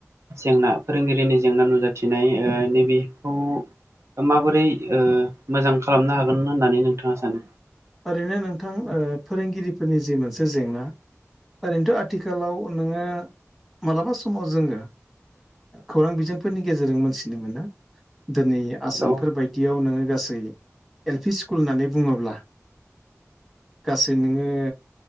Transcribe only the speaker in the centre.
ओरैनो नोंथां फोरोंगिरिफोरनि जि मोनसे जेंना ओरैनोथ' आथिखालाव नोङो मालाबा समाव जोङो खौरां बिजोंफोरनि गेजेरजों मोनथिनो मोनो दिनै आसामफोर
बायदियाव नोङो गासै एल पि स्कुल होननानै बुङोब्ला गासै नोङो